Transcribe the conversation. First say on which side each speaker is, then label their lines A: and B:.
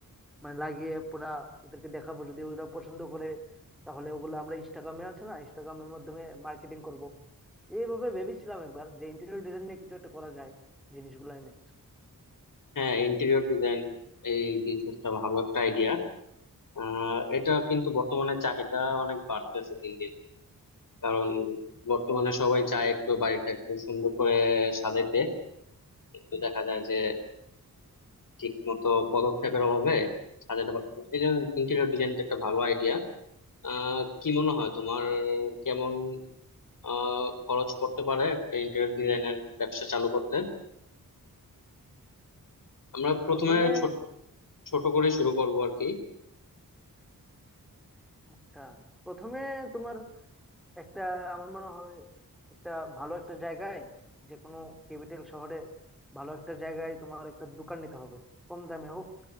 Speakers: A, in the centre; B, on the left.
A: মানে লাগিয়ে পুরা ওদেরকে দেখাবো যদি ওরা পছন্দ করে তাহলে ওগুলো আমরা ইনস্টাগ্রামে আছে না ইনস্টাগ্রামের মাধ্যমে মার্কেটিং করব এইভাবে ভেবেছিলাম একবার যে ইন্টেরিয়র ডিজাইন নিয়ে কিছু একটা করা যায় জিনিসগুলো এনে
B: হ্যাঁ ইন্টেরিয়র ডিজাইন এই বিজনেসটা ভালো একটা আইডিয়া আহ এটা কিন্তু বর্তমানে চাহিদা অনেক বাড়তেছে দিন দিন কারণ বর্তমানে সবাই চায় একটু বাড়িটা একটু সুন্দর করে সাজাইতে কিন্তু দেখা যায় যে ঠিক মতো পদক্ষেপের অভাবে সাজাতে পারতেছে না এই জন্য ইন্টেরিয়র ডিজাইনটা একটা ভালো আইডিয়া আহ কি মনে হয় তোমার কেমন আহ খরচ পড়তে পারে একটা ইন্টেরিয়র ডিজাইনের ব্যবসা চালু করতে আমরা প্রথমে
A: প্রথমে
B: ছোট ছোট করে শুরু করব আর কি
A: আচ্ছা প্রথমে তোমার একটা আমার মনে হয় একটা ভালো একটা জায়গায় যে কোনো ক্যাপিটাল শহরে ভালো একটা জায়গায় তোমার একটা দোকান নিতে হবে কম দামে হোক